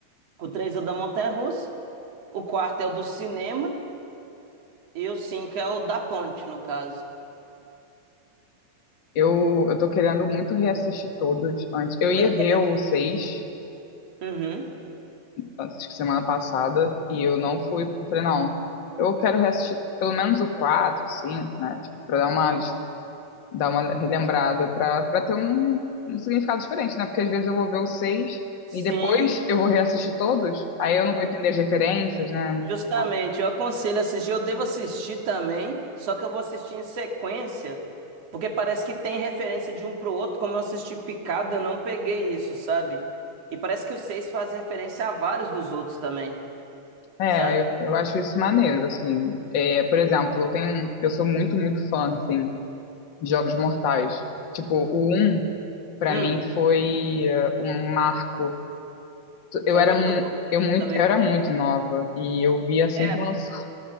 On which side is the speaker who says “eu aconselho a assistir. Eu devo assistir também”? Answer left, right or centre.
Right